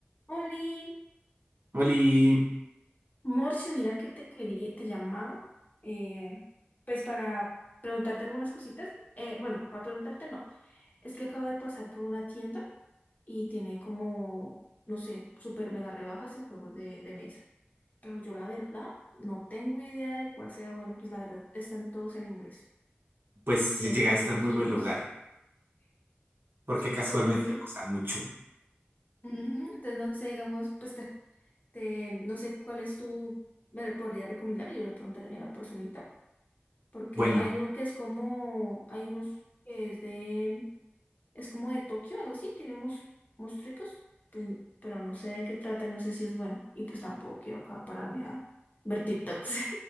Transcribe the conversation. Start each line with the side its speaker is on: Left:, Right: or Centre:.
Left: Oli,
Right: Oli,
Left: Morches, mira que te quería, te llamaba, eh, pues para preguntarte algunas cositas. Eh, bueno, para preguntarte no, es que acabo de pasar por una tienda y tiene como, no sé, super mega rebajas en juegos de, de mesa. Pero yo la verdad no tengo idea de cuál sea bueno, pues la verdad están todos en inglés
Right: pues si
Left: y hay
Right: llegaste
Left: muy poquitos.
Right: a un muy buen lugar, porque casualmente
Left: Entonces no sé,
Right: me gusta mucho.
Left: Ujú, entonces no sé, digamos, pues te, te- no sé cuál es tu, me podría recomendar y yo le preguntaría a la personita. porque
Right: Bueno,
Left: hay uno que es como, hay unos que es de, es como de Tokio, algo así, tenemos monstruos, pero no sé de qué trata, no sé si es bueno, y pues tampoco quiero acá pararme a ver TikToks.